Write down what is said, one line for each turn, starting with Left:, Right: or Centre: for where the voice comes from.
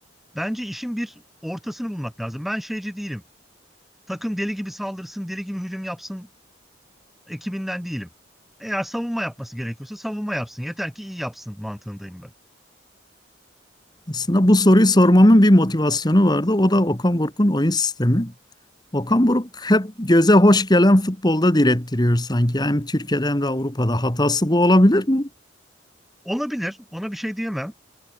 Centre: Bence işin bir ortasını bulmak lazım. Ben şeyci değilim. Takım deli gibi saldırsın, deli gibi hücum yapsın ekibinden değilim. Eğer savunma yapması gerekiyorsa savunma yapsın. Yeter ki iyi yapsın mantığındayım ben.
Left: Aslında bu soruyu sormamın bir motivasyonu vardı. O da Okan Buruk'un oyun sistemi. Okan Buruk hep göze hoş gelen futbolda direttiriyor sanki. Hem Türkiye'de hem de Avrupa'da. Hatası bu olabilir mi?
Centre: Olabilir, ona bir şey diyemem.